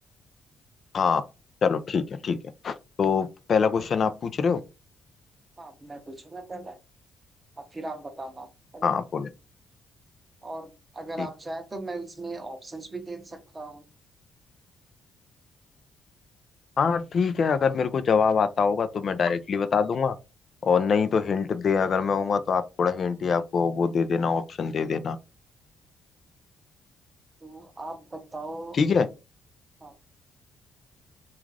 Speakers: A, on the left (about 45°); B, on the right (about 30°).
A: हाँ चलो ठीक है ठीक है तो पहला क्वेश्चन आप पूछ रहे हो
B: हाँ मैं पूछूंगा पहले और फिर आप बताना अगर
A: हाँ बोले
B: और अगर
A: ठीक
B: आप चाहें तो मैं इसमें ऑप्शंस भी दे सकता हूँ
A: हाँ ठीक है अगर
B: हाँ
A: मेरे को जवाब आता होगा तो मैं डायरेक्टली बता दूंगा और नहीं तो हिंट दे अगर मैं होऊंगा तो आप थोड़ा हिंट ही आपको वो दे देना ऑप्शन दे देना
B: तो आप बताओ
A: ठीक है
B: हाँ,